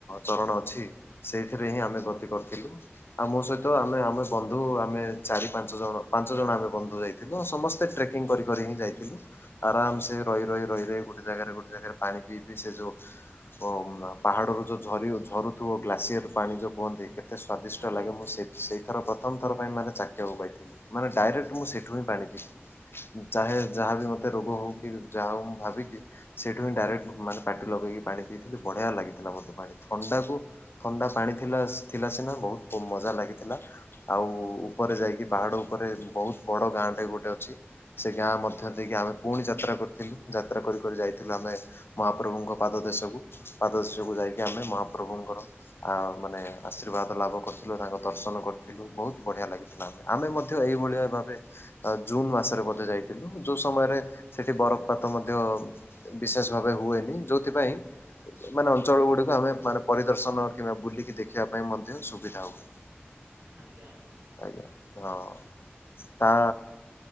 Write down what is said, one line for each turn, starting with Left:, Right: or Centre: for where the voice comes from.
Left: ଚରଣ ଅଛି ସେଇଥିରେ ହିଁ ଆମେ ଗତି କରିଥିଲୁ, ଆମ ସହିତ
Right: ଆଜ୍ଞା
Left: ଆମେ ଆମ ବନ୍ଧୁ ଆମେ ଚାରି ପାଞ୍ଚ ଜଣ, ପାଞ୍ଚ ଜଣ ଆମେ ବନ୍ଧୁ ଯାଇଥିଲୁ ଆଉ ସମସ୍ତେ ଟ୍ରେକିଂ କରିି କରି ହିଁ ଯାଇଥିଲୁ। ଆରାମ ସେ ରହି, ରହି, ରହି, ରହି ଗୋଟେ ଜାଗାରେ ଗୋଟେ ଜାଗାରେ ପାଣି ପିଇ, ପିଇ ସେ ଯୋଉ ପାହାଡ଼ରୁ ଯୋଉ ଝରି ଝରୁଥିବ ଗ୍ଲାସିୟର ପାଣି ଯେଉଁ ପୁଅନ୍ତି କେତେ ସ୍ଵାଦିଷ୍ଟ
Right: ଆଜ୍ଞା
Left: ଲାଗେ
Right: ଆଜ୍ଞା
Left: ମୁଁ ସେଇ ସେଇଥର ପ୍ରଥମଥର ପାଇଁ ମାନେ ଚାଖିଆକୁ ପାଇଥିଲି ମାନେ ଡାଇରେକ୍ଟ ମୁଁ ସେଇଠୁ ହିଁ ପାଣି ପିଇଥିଲି। ଯାହେ ଯାହାବି ମତେ ରୋଗ ହଉ କି ଯାହା ହଉ ମୁଁ ଭାବିକି ସେଇଠୁ ହିଁ ଡାଇରେକ୍ଟ ମାନେ ପାଟି ଲଗେଇକି ପାଣି ପିଇଥିଲି ବଢିଆ ଲାଗି ଥିଲା ମତେ ପାଣି ଥଣ୍ଡାକୁ ଥଣ୍ଡା ପାଣିଥିଲା ଥିଲା ସିନା ବହୁତ ମଜା ଲାଗିଥିଲା। ଆଉ ଉପରେ ଯାଇକି ପାହାଡ଼ ଉପରେ ବହୁତ ବଡ଼ ଗାଁଟେ ଗୋଟେ ଅଛି। ସେ ଗାଁ ମଧ୍ୟ ଦେଇକି ଆମେ ପୁଣି ଯାତ୍ରା କରିଥିଲୁ, ଯାତ୍ରା କରି କରି ଯାଇଥିଲୁ ଆମେ ମହାପ୍ରଭୁଙ୍କ ପାଦ ଦେଶକୁ, ପାଦ ଦେଶକୁ ଯାଇକି ଆମେ ମହାପ୍ରଭୁଙ୍କର ଆ ମାନେ ଆସରିବାଦ ଲାଭ କରିଥିଲୁ, ତାଙ୍କ ଦର୍ଶନ କରିଥିଲୁ, ବହୁତ ବଢ଼ିଆ ଲାଗିଲା। ଆମେ ଆମେ ମଧ୍ୟ ଏଇଭଳିଆ ଭାବେ ଆ ଜୁନ୍ ମାସରେ ମଧ୍ୟ ଯାଇଥିଲୁ, ଯୋଉ ସମୟରେ ସେଠି ବରଫପାତ ମଧ୍ୟ ବିଶେଷ ଭାବେ ହୁଏନି ଯୋଉଥିପାଇଁ, ମାନେ ଅଞ୍ଚଳ ଗୁଡିକ ଆମେ ମାନେ ପରିଦର୍ଶନ କିମ୍ବା ବୁଲିକି ଦେଖିବା ପାଇଁ ମଧ୍ୟ ସୁବିଧା ହୁଏ।
Right: ଆଜ୍ଞା! ଆଜ୍ଞା!
Left: ଆଜ୍ଞା! ହଁ, ତା